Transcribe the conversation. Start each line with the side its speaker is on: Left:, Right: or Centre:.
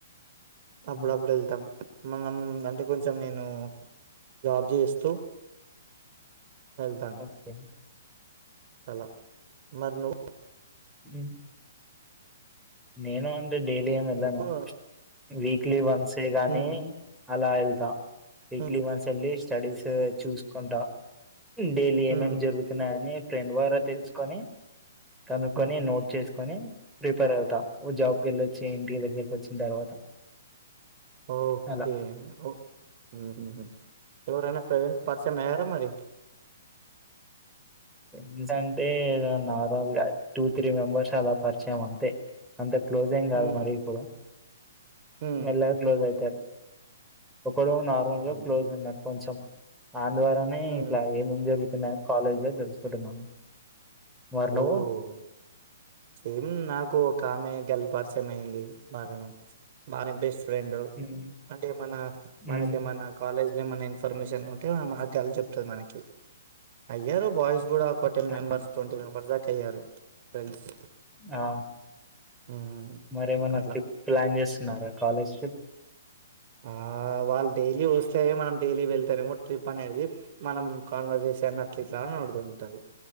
Right: అప్పుడప్పుడు
Centre: ఉమ్.
Right: వెళ్తాం మనం అంటే కొంచెం నేను జాబ్ చేస్తూ వెళ్తాను
Centre: ఓకే
Right: అలా మరి నువ్వు
Centre: ఉ నేను అంతే డైలీ ఏమి వెళ్ళను
Right: నువ్వు
Centre: వీక్లీ వన్సే గానీ
Right: హ్మ్
Centre: అలా వెళ్తా వీక్లీ
Right: హ్మ్
Centre: వన్స్ వెళ్ళి స్టడీస్ చూసుకుంటా డైలీ ఏమేమి
Right: హ్మ్
Centre: జరుగుతున్నాయా అని ఫ్రెండ్ వారా తెలుసుకొని కనుకొని
Right: హ్మ్
Centre: నోట్ చేసుకొని ప్రిపేర్ అవుతా జాబ్కి వెళ్ళొచ్చి ఇంటి దగ్గరకి వచ్చిన తర్వాత
Right: ఓకే
Centre: అలా
Right: ఒ ఉ హూ హు ఎవరైనా ఫోన్ పరిచయం అయ్యారా మరి
Centre: ఫ్రెండ్స్ అంటే నార్మల్ గా టూ త్రీ మెంబర్స్ అలా పరిచయం అంతే అంత క్లోజ్ ఎంకాదు
Right: హ్మ్
Centre: మరీ ఇప్పుడు
Right: హ్మ్
Centre: మెల్లగ క్లోజ్ అయితారు ఒకడు నార్మల్
Right: అవునా
Centre: గా క్లోజ్ ఉన్నాడు కొంచెం వాని ద్వారానే
Right: హ్మ్
Centre: ఇట్లా ఏమేం జరుగుతున్నాయి కాలేజ్లో తెలుసుకుంటున్నాను మరి నువ్వు
Right: ఓ సేమ్ నాకు ఒకామె గల్ పరిచయం అయింది బాగానే బాగానే బెస్ట్ ఫ్రెండ్
Centre: ఉమ్,
Right: అంటే మన
Centre: ఉమ్,
Right: మనకేమన కాలేజ్ ఏమన్నా ఇన్ఫర్మేషన్ ఉంటే ఆమె ఆ గల్ చెప్తది మనకి అయ్యారు బాయ్స్ కూడా ఫోర్టీన్
Centre: ఆ,
Right: మెంబర్స్ ట్వంటీ మెంబర్స్ దాక అయ్యారు ఫ్రెండ్స్
Centre: ఆ
Right: మ్మ్
Centre: మరేమన్నా
Right: అట్లా
Centre: ట్రిప్ ప్లాన్ చేస్తున్నారా కాలేజ్ ట్రిప్
Right: ఆ వాళ్ళు డైలీ వస్తే మనం డైలీ వెళ్తారు ట్రిప్ అనేది మనం కాన్వర్సేషన్ సెమ్ అట్లీట్ లా అడుగుతుంటది